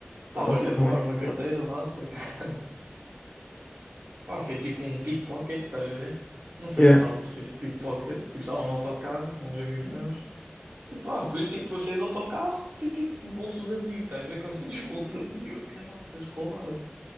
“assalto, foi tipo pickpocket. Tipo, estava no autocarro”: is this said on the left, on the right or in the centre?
Right